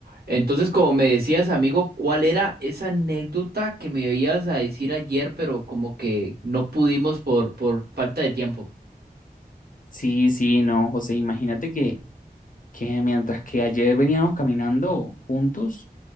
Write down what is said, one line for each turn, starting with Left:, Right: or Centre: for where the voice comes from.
Right: Entonces, como me decías, amigo, ¿cuál era esa anécdota que me ibas a decir ayer, pero como que no pudimos por, por falta de tiempo?
Left: Sí, sí, no, José, imagínate que, que mientras que ayer veníamos caminando juntos,